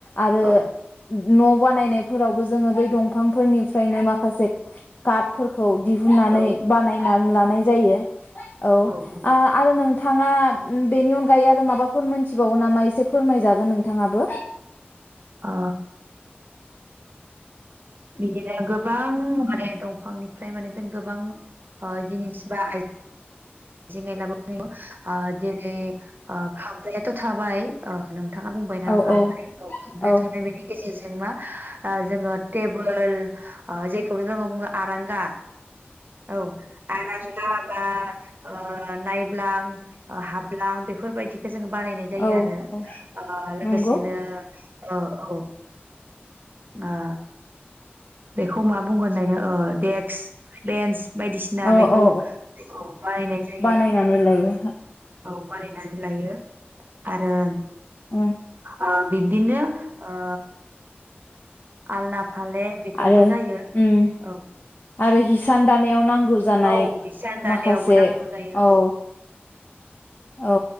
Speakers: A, on the left; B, on the right.
A: आरो
B: औ
A: न बानायनायफोरावबो जोङो बै दंफांफोरनिफ्रायनो माखासे खातफोरख खौ दिहुननानै
B: औ
A: बानायनानै लानाय जायो औ आ
B: औ नंगौ
A: आरो नों नोंथाङा बेनि अनगायै आरो माबाफोर मोनथिबावो नामा एसे फोरमायजागोन नोंथाङाबो
B: आ बिदिनो गोबां माने दंफांनिफ्राय माने जों गोबां ओ जिनिस बा आइज आयजें आयला <unintelligible> ओ जेरै <inaudible> ओ <inaudible> थ थाबाय ओ नोंथाङा बुंबाय ना
A: औ
B: खामफ्लाय
A: औ
B: ओ
A: औ
B: बे थांबाय बेनि गेजेरजों जेनमा ओ जोङो टेबोल ओ जेखौबो जोङो बुङो आरांगा औ आरांगा बा ओ नायब्लां हाब्लां बेफोर बायदि बेखो जों बानायनाय जायो
A: औ औ
B: आरो
A: औ
B: ओ लोगोसेनो
A: नंगौ
B: ओ औ ओ आ बेखौ मा बुंगोन लायदा ओ देक्स बेन्स बायदि सिना
A: औ
B: बेखौ
A: औ
B: औ बानायनाय जायो
A: बानायनानै लायो
B: औ औ बानाय नानै लायो आरो
A: ओं
B: आ बिदिनो ओ आलना फालें बेफोरबो
A: आरो
B: जायो
A: उम
B: औ
A: आरो हिसान दानायाव नांगौ जानाय
B: औ हिसान दानायावबो
A: माखासे
B: नांगौ जायो
A: औ। औ